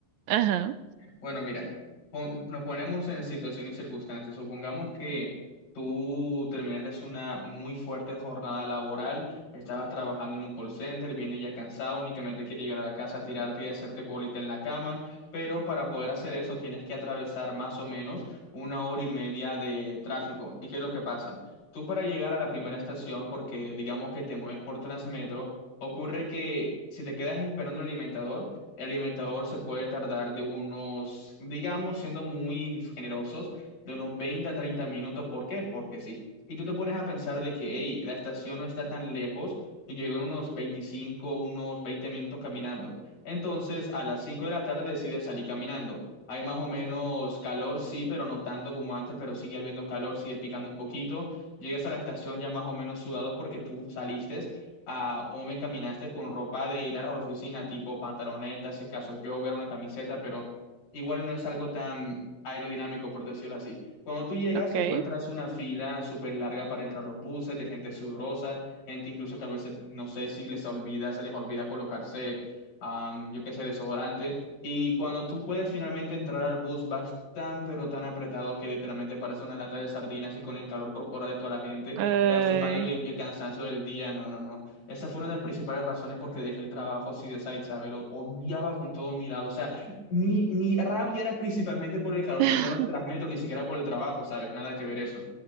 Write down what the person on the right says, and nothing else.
Ajá.
Ok.
Ay.
<laughs>
<sighs>